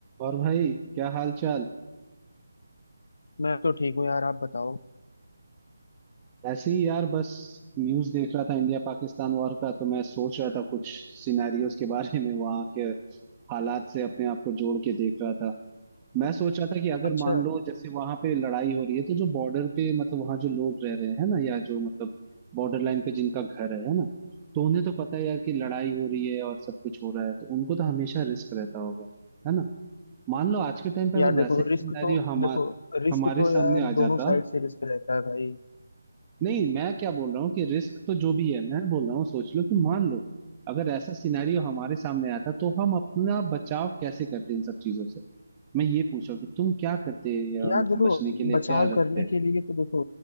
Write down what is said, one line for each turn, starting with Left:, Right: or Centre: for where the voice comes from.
Right: और भाई क्या हाल चाल
Left: मैं तो ठीक हूँ यार आप बताओ
Right: ऐसे ही यार बस न्यूज देख रहा था इंडिया पाकिस्तान वॉर का तो मैं सोच रहा था कुछ सिनेरियोज के बारे में वहां के हालात से अपने आप को जोड़ के देख रहा था मैं सोच रहा था कि अगर
Left: अच्छा
Right: मान लो जैसे वहां पे लड़ाई हो रही है तो जो बॉर्डर पे मतलब वहां जो लोग रह रहे हैं ना या जो मतलब बॉर्डर लाइन पे जिनका घर है है ना तो उन्हें तो पता है यार कि लड़ाई हो रही है और सब कुछ हो रहा है तो उनको तो हमेशा रिस्क रहता होगा है ना मान लो आज के टाइम पे
Left: यार
Right: अगर
Left: देखो
Right: वैसा ही
Left: रिस्क
Right: सिनेरियो
Left: तो
Right: हमारे
Left: देखो रिस्क
Right: हमारे
Left: तो
Right: सामने
Left: यार
Right: आ
Left: दोनों
Right: जाता
Left: साइड से रिस्क रहता है भाई
Right: नहीं मैं क्या बोल रहा हूँ कि रिस्क तो जो भी है मैं बोल रहा हूँ सोच लो कि मान लो अगर ऐसा सिनेरियो हमारे सामने आता तो हम अपना बचाव कैसे करते इन सब चीजों से मैं ये पूछ रहा हूँ कि तुम क्या करते या
Left: यार
Right: मतलब
Left: देखो
Right: बचने के लिए
Left: बचाव
Right: क्या रखते
Left: करने
Right: हैं
Left: के लिए तो देखो